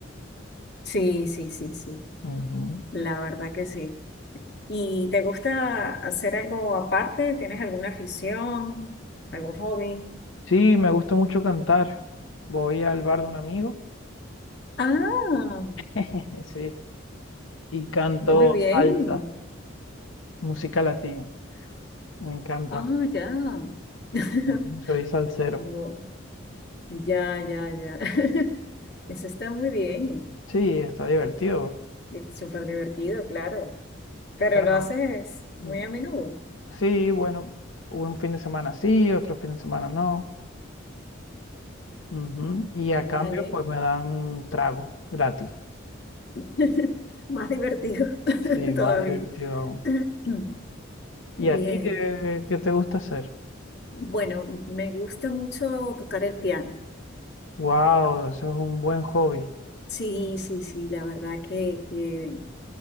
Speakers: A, on the left; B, on the left.
A: Sí, sí, sí, sí.
B: Ujú.
A: La verdad que sí. ¿Y te gusta hacer algo aparte? ¿Tienes alguna afición? ¿Algún hobby?
B: Sí, me gusta mucho cantar. Voy al bar de un amigo.
A: Ah,
B: <laughs> sí y canto
A: muy bien.
B: salsa, música latina. Me encanta.
A: Ah, ya. <laughs>
B: Ujú. Soy salsero.
A: Oh, ya, ya, ya. <laughs> Eso está muy bien.
B: Sí, está divertido.
A: Es súper divertido, claro. Pero
B: Claro,
A: lo
B: no.
A: haces
B: mm,
A: muy a menudo.
B: Sí, bueno, un fin de semana sí, otro fin de semana no. Ujú, Y a
A: Vale.
B: cambio, pues me dan trago gratis.
A: <laughs> Más divertido <laughs>
B: Sí, más
A: todavía.
B: divertido aún.
A: <clears throat>
B: ¿Y
A: Bien.
B: a ti qué, qué te gusta hacer?
A: Bueno, me gusta mucho tocar el piano.
B: Wow, eso es un buen hobby.
A: Sí, sí, sí, la verdad que, que-